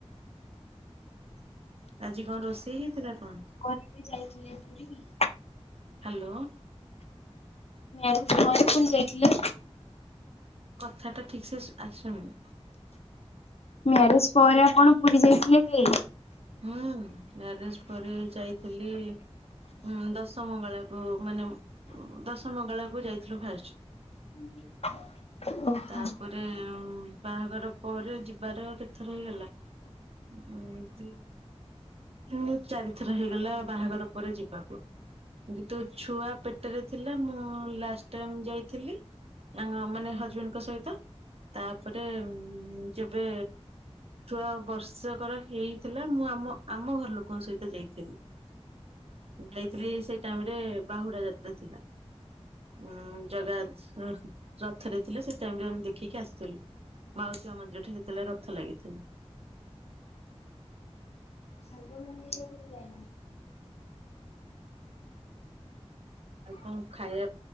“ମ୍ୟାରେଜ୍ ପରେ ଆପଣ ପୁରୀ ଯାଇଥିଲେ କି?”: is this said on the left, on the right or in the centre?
Left